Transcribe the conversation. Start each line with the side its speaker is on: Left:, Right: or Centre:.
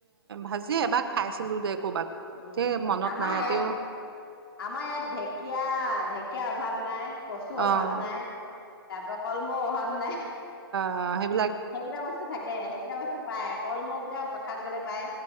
Right: ভাজি এবাৰ খাইছিলোঁ দে। ক'ৰবাত
Left: উম
Right: দে মনত
Left: আমাৰ
Right: নাইতিও।
Left: ইয়াত আমাৰ ইয়াত ঢেকীয়া ঢেকীয়া অভাৱ নাই। কচু
Right: অঁ
Left: অভাৱ নাই তাৰ পৰা কলমৌ অভাৱ নাই।
Right: অহ।
Left: সেইকেইটা বস্তু থাকে সেইকেইটা বস্তু পাই। কলমৌ কেইটা পথাৰত গ'লে পায়।